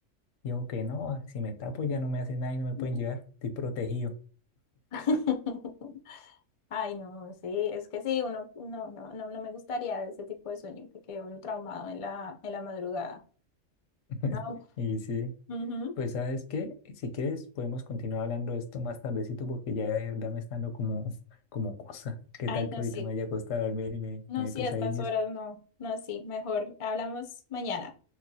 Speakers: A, on the left (about 80°); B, on the left (about 50°).
A: Y como que no, si me tapo ya no me hace nada y no me pueden
B: ujú.
A: llevar, estoy protegido.
B: <laughs> Ay, no, sí, es que sí, uno, no, no, no, no me gustaría ese tipo de sueño, porque uno traumado en la, en la madrugada.
A: <laughs>
B: Ah,
A: Y sí,
B: ujú.
A: pues ¿sabes qué? Si quieres podemos continuar hablando de esto más tardecito porque ya de verdad me está dando como, <laughs> como cosa. ¿Qué
B: Ay,
A: tal que
B: no,
A: ahorita
B: sí.
A: me haya costado dormir y me,
B: No,
A: me dé
B: sí,
A: pesadillas?
B: a estas horas no, no, sí, mejor hablamos mañana.